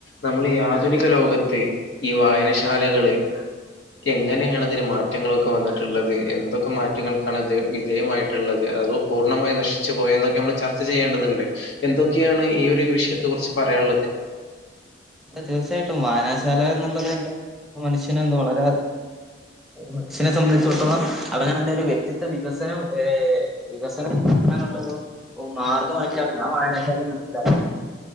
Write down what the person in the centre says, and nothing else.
അ തീർച്ചയായിട്ടും വായനാശാല എന്നുള്ളത് ണ്ട മനുഷ്യന് ഇന്ന് വളരെ മനുഷ്യനെ സംബന്ധിച്ചാെട്ത്തോളം അവന അവന്റെ ഒരു വ്യക്തിത്വ വികസനം വേ വികസനം അങ്ങനുള്ളൊരു മാർഗമായിട്ടാണ് ഞാൻ വായനാശാലയെ മനസ്സിലാക്കുന്നത്